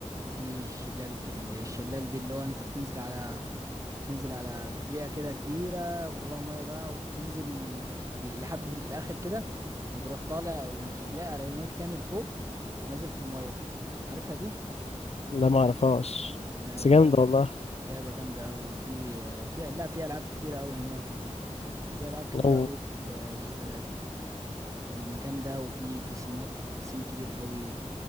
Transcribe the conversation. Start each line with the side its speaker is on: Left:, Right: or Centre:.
Right: في ش- لعبة الشلال دي اللي هو انت بتنزل على بتنزل على زحليقة كده كبيرة وكلها مية بقى وبتنزل في ال- لحد في الآخر كده بتروح طالع الزحليقة رميك تاني لفوق ونازل في المية عارفها دي؟
Left: لا ما أعرفهاش
Right: لا
Left: بس
Right: دي
Left: جامدة
Right: لعبة
Left: والله
Right: لعبة جامدة أوي وفي في لا في ألعاب كتيرة أوي هناك في ألعاب كتيرة
Left: لو
Right: أوي في في في المكان ده وفي بيسينات بيسين كبير أوي